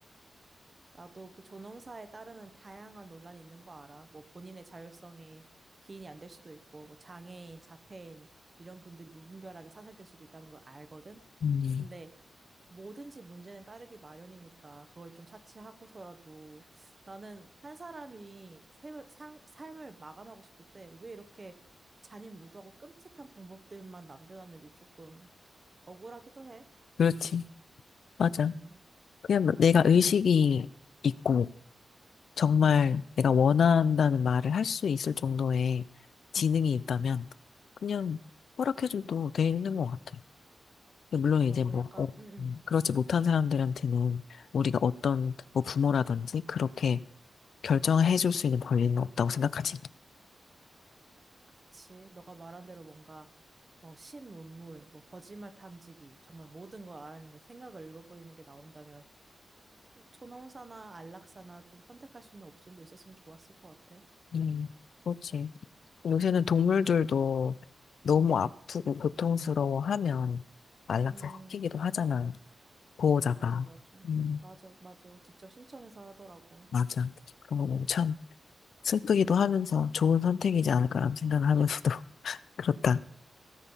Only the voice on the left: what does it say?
음,
그렇지. 맞아.
그냥 내가 의식이 있고 정말
내가 원한다는 말을 할 수 있을 정도의 지능이 있다면 그냥 허락해줘도 되는 것 같아. 물론 이제
뭐
어,
음, 그렇지 못한 사람들한테는 우리가 어떤 뭐 부모라든지 그렇게 결정을 해줄 수 있는 권리는 없다고 생각하지.
음, 그렇지. 요새는 동물들도 너무
아프고 고통스러워하면 안락사
시키기도 하잖아. 보호자가.
음.
맞아. 그런 거 보면 참 슬프기도 하면서 좋은 선택이지 않을까라는 생각을 하면서도 <laughs> 그렇다.